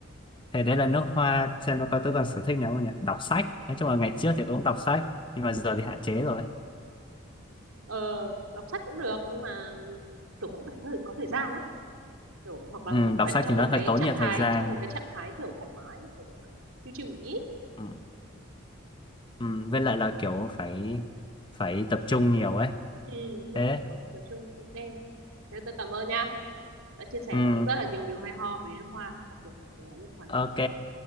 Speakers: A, on the left (about 25°); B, on the right (about 85°).
A: thế
B: Ờ,
A: đấy là nước hoa xem nó có tôi còn sở thích nào không nhỉ đọc sách nói chung là ngày trước thì tôi cũng đọc sách nhưng mà giờ thì hạn chế rồi
B: ờ, đọc sách cũng được nhưng mà kiểu cũng phải có thời có thời gian đấy. kiểu hoặc là
A: ừ,
B: mình cũng
A: đọc
B: phải
A: sách
B: trong
A: thì
B: một
A: nó hơi
B: cái
A: tốn
B: trạng
A: nhiều
B: thái
A: thời gian
B: trong một cái trạng thái kiểu thoải mái chill chill một tí
A: ừ, ừ, với lại là kiểu phải phải tập trung nhiều ấy
B: ừ đúng rồi
A: thế
B: có tập trung ok thế tôi cảm ơn nha đã chia sẻ
A: ừ,
B: cho tớ rất là nhiều điều hay ho về nước hoa đặc biệt là nước hoa động
A: ok
B: cỏ